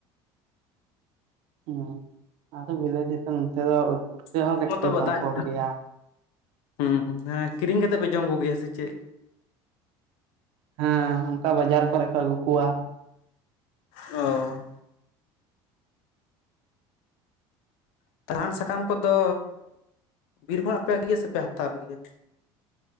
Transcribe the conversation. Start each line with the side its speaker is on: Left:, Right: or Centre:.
Right: ᱦᱩᱸ ᱟᱫᱚ ᱵᱤᱞᱟᱹᱛ ᱫᱤᱥᱚᱢ ᱚᱱᱚᱛᱮ ᱫᱚ, ᱯᱩᱴᱠᱟᱹ
Left: ᱥᱩᱱᱩᱢ
Right: ᱦᱚᱸ ᱠᱟᱹᱴᱤᱡ
Left: ᱢᱚᱛᱚ
Right: ᱥᱚᱝᱠᱚᱴ
Left: ᱫᱟᱜᱽ
Right: ᱜᱮᱭᱟ
Left: ᱦᱩᱸ ᱦᱮᱸ ᱠᱤᱨᱤᱧ ᱠᱟᱛᱮᱜ ᱯᱮ ᱡᱚᱢ ᱠᱚ ᱜᱮᱭᱟ ᱥᱮ ᱪᱮᱜ?
Right: ᱦᱮᱸ ᱚᱱᱠᱟ ᱵᱟᱡᱟᱨ ᱠᱚᱨᱮ ᱠᱚ ᱟᱹᱜᱩ ᱠᱚᱣᱟ᱾
Left: ᱚᱻ <unintelligible> ᱥᱟᱦᱟᱱ ᱥᱟᱠᱟᱢ ᱠᱚᱫᱚ ᱵᱤᱨ ᱠᱷᱚᱱᱟᱜ ᱯᱮ ᱟᱹᱜᱩᱭᱟ ᱥᱮᱯᱮ ᱦᱟᱛᱟᱣ ᱜᱮᱭᱟ?